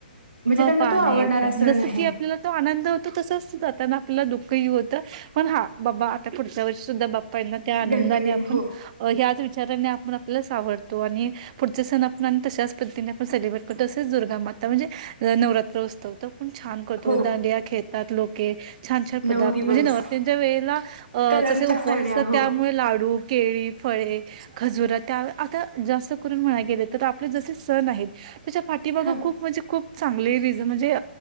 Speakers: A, on the right; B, on the right.
A: म्हणजे त्यांना
B: पाणी
A: तो आवडणारा
B: येत
A: सण
B: जस
A: आहे.
B: की आपल्याला तो आनंद होतो तस सुद्धा त्यांना तुला दुःखही होत पण हा बाबा आता पुढच्या वर्षी सुद्धा बाप्पा येणार, त्या आनंदाने
A: गणपती
B: आपण
A: हो
B: ह्याच वि विचारांनी आपण आपलच आवडतो आणि पुढच्या सणात <unintelligible> तशाच पद्धतीन आपण सेलब्रेट करतो. <unintelligible> दुर्गा माता म्हणजे नवरात्र उत्सव त पण छान करतो.
A: हो
B: दांडिया खेळतात लोक, ओके. छान छान पदार्थ
A: नऊ दिवस
B: म्हणजे नवरात्यांच्या वेळेला अ
A: कलरच्या
B: कसे उपवास
A: साड्या
B: असतात.
A: हो
B: त्यामुळे लाडू, केळी, फळे, खजुरा त्या आता जास्त करून म्हणाय गेले तर आप जसे सण आहेत. त्याच्या पाठीमाग
A: हा
B: खूप, म्हणजे खूप चांगले रिझ म्हणजे